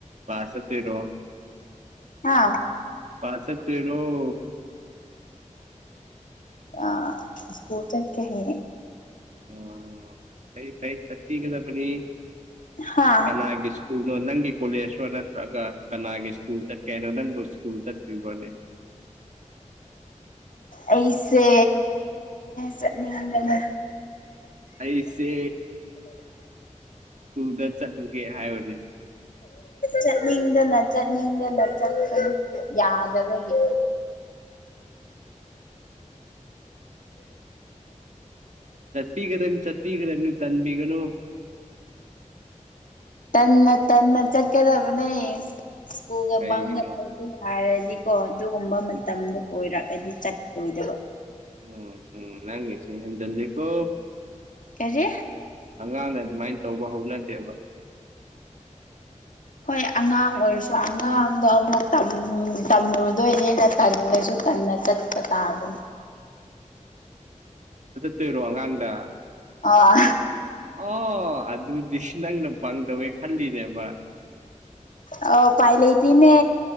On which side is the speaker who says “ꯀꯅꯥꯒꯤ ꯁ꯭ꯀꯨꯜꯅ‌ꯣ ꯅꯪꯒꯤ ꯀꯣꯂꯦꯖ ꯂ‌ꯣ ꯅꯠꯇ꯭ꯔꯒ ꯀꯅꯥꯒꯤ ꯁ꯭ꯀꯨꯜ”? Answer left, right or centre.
Right